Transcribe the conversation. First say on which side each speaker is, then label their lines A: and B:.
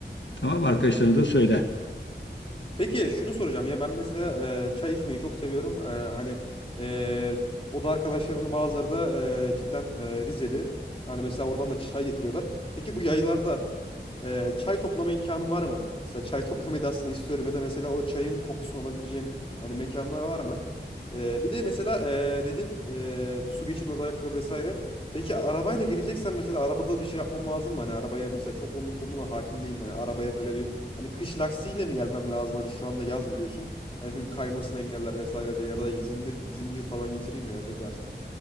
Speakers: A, on the left; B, on the left.
A: Tamam arkadaşlarına da söyle.
B: Peki şunu soracağım ya ben mesela e, çay içmeyi çok seviyorum. E, hani e, oda arkadaşlarımın bazıları da e, cidden e, Rizeli. Yani mesela oradan da çay getiriyorlar. Peki bu yaylarda e, çay toplama imkanım var mı? Mesela çay <laughs> toplamayı da aslında istiyorum ya da mesela o çayın kokusunu alabileceğim hani mekanlar var mı? E, bir de mesela e, dedin e, su geçirmez ayakkabı vesaire. Peki arabayla geleceksen mesela arabada da bir şey yapmam lazım mı? Hani arabaya mesela çok onun konuma hakim değilim. Yani arabaya böyle bir Hani kış lastiğiyle mi gelmem lazım? Hani şu anda yaz biliyorsun. Hani çünkü kaymasını engeller vesaire diye ya da zincir zincir falan getireyim mi ya ne dersin?